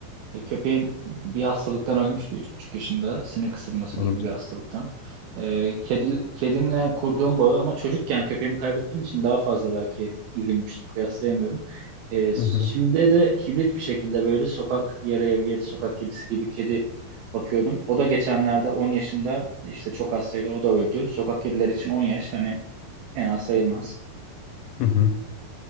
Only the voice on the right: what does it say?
E, Köpeğim bir hastalıktan ölmüştü üç buçuk yaşında. Sinek ısırması
gibi bir hastalıktan. E, kedi, kedimle kurduğum bağı ama çocukken köpeğimi kaybettiğim için daha fazla belki üzülmüştüm. Kıyaslayamıyorum. E, s-
şimdi de hibrit bir şekilde böyle sokak yarı ev yarı sokak kedisi gibi kedi bakıyordum. O da geçenlerde on yaşında işte çok hastaydı o da öldü. Sokak kediler için 10 yaş hani fena sayılmaz.